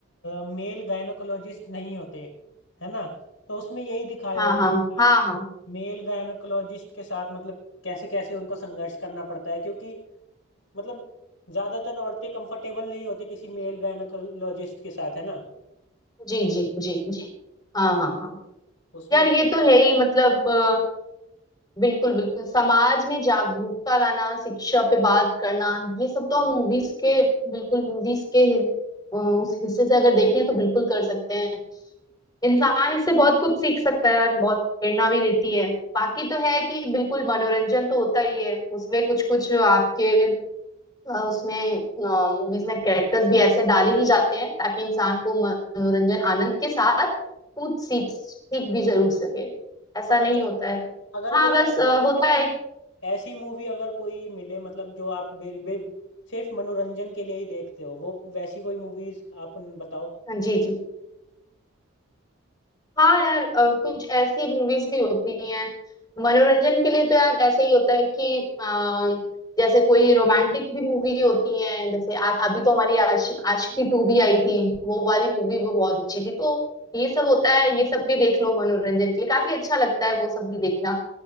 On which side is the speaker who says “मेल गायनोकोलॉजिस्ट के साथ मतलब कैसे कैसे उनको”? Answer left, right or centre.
Left